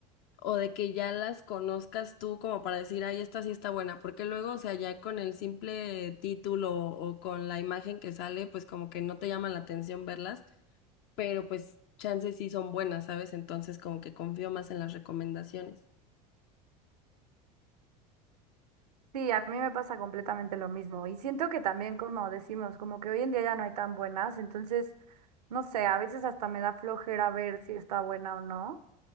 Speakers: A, on the left (about 55°); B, on the right (about 80°).
A: o de que ya las conozcas tú como para decir, ay, esta sí está buena, porque luego, o sea, ya con el simple título o o con la imagen que sale, pues como que no te llama la atención verlas, pero pues chances sí son buenas, ¿sabes? Entonces como que confío más en las recomendaciones.
B: Sí, a mí me pasa completamente lo mismo y siento que también como decimos, como que hoy en día ya no hay tan buenas, entonces no sé, a veces hasta me da flojera ver si está buena o no